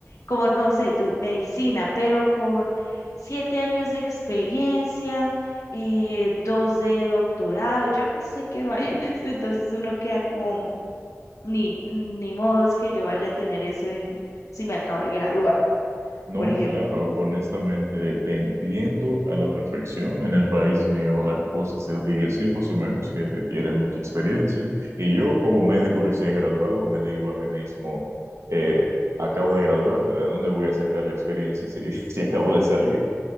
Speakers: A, on the left (about 80°); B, on the right (about 65°).
A: como no sé, tu medicina, pero con siete años de experiencia eh, dos de doctorado, yo no sé qué vainas, <laughs> entonces uno queda como, ni, ni modo es que yo vaya a tener eso en, si me acabo de graduar,
B: No,
A: por ejemplo.
B: claro, honestamente te entiendo a la perfección. En el país mío la cosa se ríe así, más o menos, que requiere mucha experiencia. Y yo, como médico
A: Mm,
B: recién graduado, me digo a mí mismo, eh, acabo de graduarme, ¿de dónde voy a sacar la experiencia si, <laughs> si acabo de salir?